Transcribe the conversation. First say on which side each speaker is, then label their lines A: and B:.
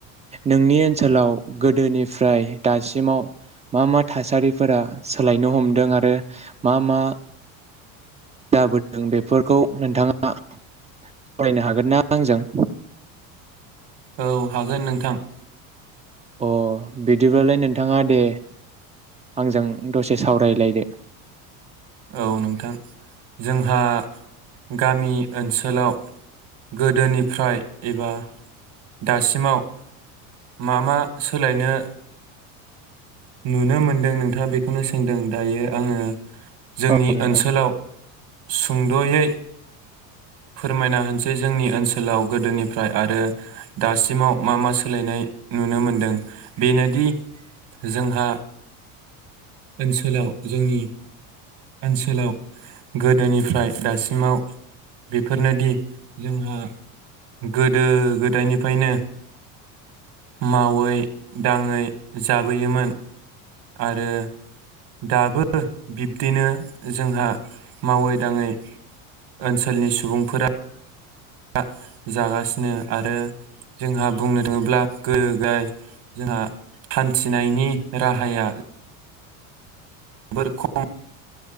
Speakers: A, on the right; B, on the right.
A: नोंनि ओनसोलाव गोदोनिफ्राय दासिमाव मा मा थासारिफोरा सोलायनो हमदों आरो मा मा जाबोदों बेफोरखौ नोंथांङा फरायनो हागोनना आंजों?
B: औ हागोन नोंथां।
A: अ बिदिब्लालाय नोंथांङा दे आंजों दसे सावरायलायदो।
B: औ नोंथां जोंहा गामि ओनसोलाव गोदोनिफ्राय एबा दासिमाव मा मा सोलायनो नुनो मोनदों नोंथांङा बेखौनो सोंदों दायो आंङो जोंनि
A: औ नोंथां
B: ओनसोलाव सुंदयै फोरमायना होनोसै जोंनि ओनसोलाव गोदोनिफ्राय आरो दासिमाव मा मा सोलायनाय नुनो मोनदों बेनोदि जोंहा ओनसोलाव जोंनि ओनसोलाव गोदोनिफ्राय दासिमाव बेफोरनोदि जोंहा गोदो गोदाय निफायनो मावै दांङै जाबोयोमोन आरो दाबो बिब्दिनो जोंहा मावै दांङै ओनसोलनि सुबुंफोरा आ जागासिनो आरो जोंहा बुंनो थांङोब्ला गोगाय जोंहा हान्थिनायनि राहाया बोर खम